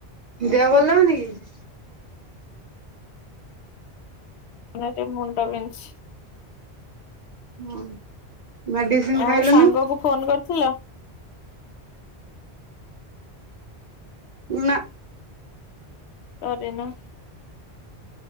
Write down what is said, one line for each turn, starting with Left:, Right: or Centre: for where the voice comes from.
Right: ଦେହ ଭଲ ଲାଗୁନି କି?
Left: ନା ଟିକେ ମୁଣ୍ଡ ବିନ୍ଧୁଛି।
Right: ହଁ। ମେଡିସିନ
Left: ଆଉ
Right: ଖାଇଲୁନୁ
Left: ସାଙ୍ଗ କୁ ଫୋନ କରିଥିଲ?
Right: ନା।
Left: କରିନ?